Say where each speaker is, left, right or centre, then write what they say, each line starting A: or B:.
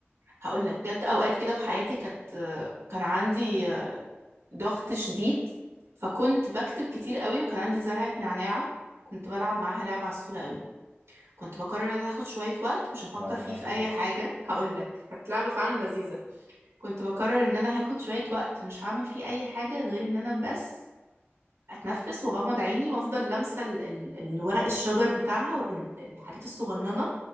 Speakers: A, on the right; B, on the right.
A: هقول لك جت أوقات كده في حياتي كانت كان عندي
B: مم.
A: ضغط شديد فكنت بكتب كتير قوي وكان عندي زرعة نعناع كنت بلعب معاها لعبة عسولة قوي كنت بقرر ان هاخد شوية وقت مش هفكر
B: بتلعبي
A: فيه
B: معاها
A: في
B: ايه
A: اي
B: بقى
A: حاجة هقولك كانت لعبة فعلا لذيذة كنت بقرر ان انا هاخد شوية وقت مش هعمل فيه اي حاجة غير ان انا بس اتنفس واغمض عيني وافضل لامسة ال- ال- الورق الشجر بتاعها وال- الحاجات الصغننة